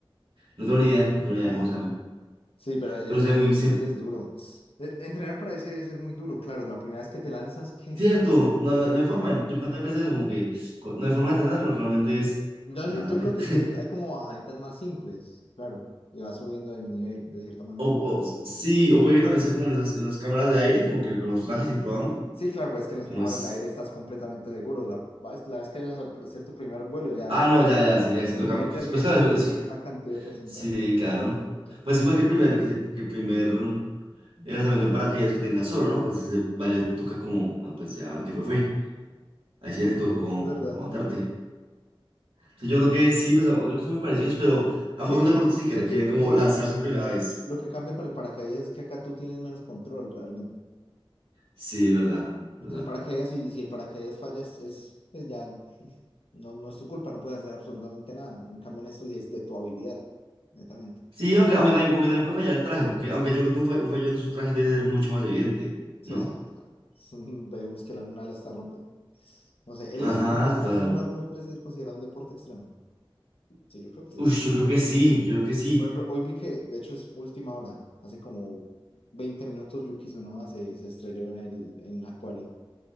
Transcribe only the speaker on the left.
<laughs>
Sí, pero ese,
ese-
ese es duro. E- Entrenar para ese debe ser muy duro, claro. La primera vez que te lanzas, ¿qué?
No,
yo, yo creo que
sí hay, hay como bajaditas más simples, claro. Y vas subiendo de nivel, de cierta manera.
Sí, claro, pues es que en las
cámaras
de aire estás completamente seguro. La, va- la vez que vayas a hacer tu primer vuelo, ya
el
nivel
de riesgo
sube
en una cantidad de porcentaje
muy
fuerte.
Sí,
sí, es verdad.
Es que, es
que yo,
yo
siento,
yo siento
que lo,
lo que cambia con el paracaídas es que acá tú tienes menos control realmente.
El paracaídas, si, si el paracaídas falla, es, es, pues ya <laughs> no, no es tu culpa, no puedes hacer absolutamente nada. En cambio, en esto sí es de tu habilidad, netamente.
Sí,
sí, claro. <laughs> Vemos que la una ala está rota. No sé, el-
digamos, la, la
Fórmula uno puede ser considerada un deporte extremo. Sí, yo creo que sí.
Tal vez lo
sea.
Por ejemplo, hoy vi que, de hecho, es última hora. Hace como 20 minutos Yuki Tsunoda se, se estrelló en, el, en la quali